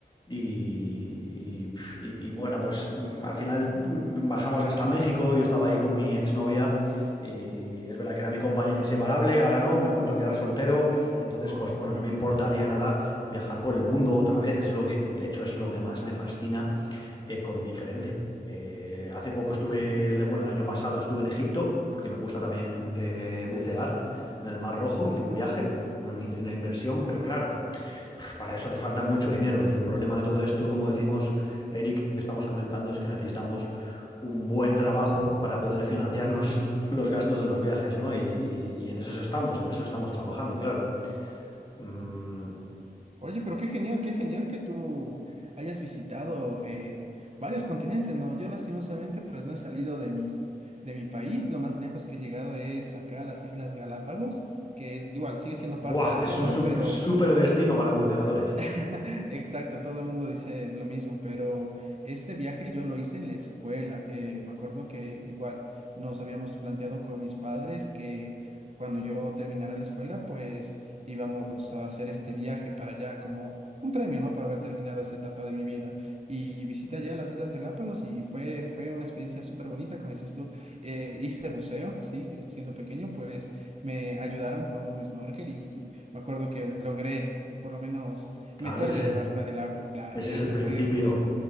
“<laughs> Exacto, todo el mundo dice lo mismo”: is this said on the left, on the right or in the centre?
Right